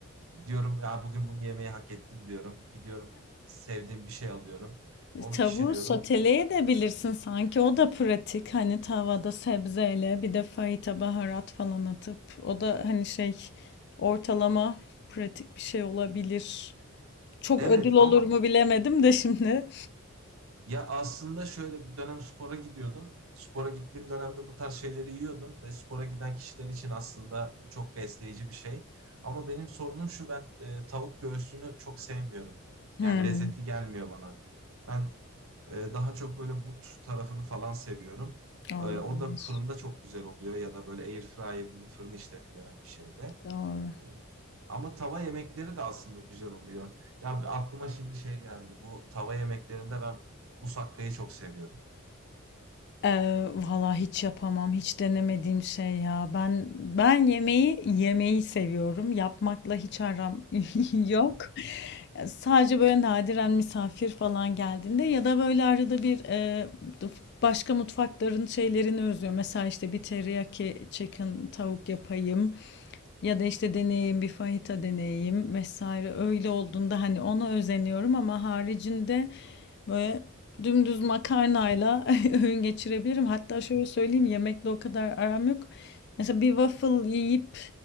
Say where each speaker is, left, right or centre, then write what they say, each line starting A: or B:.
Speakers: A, on the right; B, on the left.
A: diyorum ya bugün bunu yemeyi hak ettin diyorum. Gidiyorum sevdiğim bir şey alıyorum. Onu
B: Tavuğu
A: pişiriyorum.
B: soteleyebilirsin sanki o da pratik hani tavada sebzeyle bir de fajita baharat falan atıp o da hani şey ortalama pratik bir şey olabilir. Çok
A: Evet
B: ödül olur
A: ama
B: mu bilemedim de şimdi.
A: ya aslında şöyle bir dönem spora gidiyordum. Spora gittiğim dönemde bu tarz şeyleri yiyordum ve spora giden kişiler için aslında bu çok besleyici bir şey. Ama benim sorunum şu ben e, tavuk göğsünü çok sevmiyorum.
B: Hmm,
A: Yani lezzetli gelmiyor bana. Ben Ee, daha çok böyle but tarafını falan seviyorum.
B: olabilir.
A: Ee, o da fırında çok güzel oluyor ya da böyle air fryer gibi fırın işlemi gören bir şeyde.
B: Doğru.
A: Ee, ama tava yemekleri de aslında güzel oluyor. Ya bir aklıma şimdi şey geldi. Bu tava yemeklerinde ben musakkayı çok seviyorum.
B: Eee, valla hiç yapamam. Hiç denemediğim şey ya. Ben ben yemeği yemeyi seviyorum. Yapmakla hiç aram <laughs> yok. Ya Sadece böyle nadiren misafir falan geldiğinde ya da böyle arada bir eee, başka mutfakların şeylerini özlüyorum. Mesela işte bir teriyaki chicken tavuk yapayım. Ya da işte deneyeyim bir fajita deneyeyim vesaire. Öyle olduğunda hani ona özeniyorum ama haricinde böyle dümdüz makarnayla <laughs> <laughs> öğün geçirebilirim. Hatta şöyle söyleyeyim yemekle o kadar aram yok. Mesela bir waffle yiyip